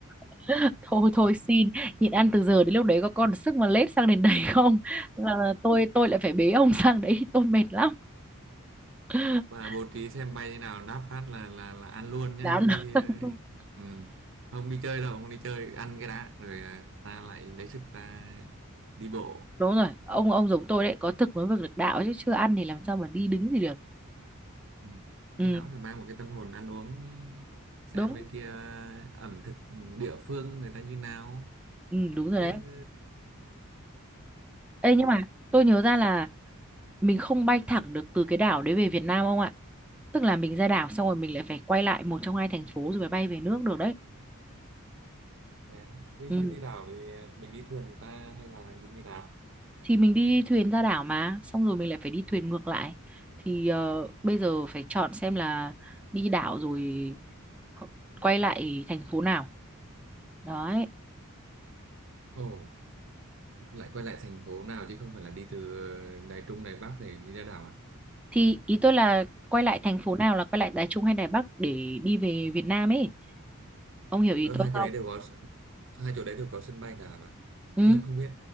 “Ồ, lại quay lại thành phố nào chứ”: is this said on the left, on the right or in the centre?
Right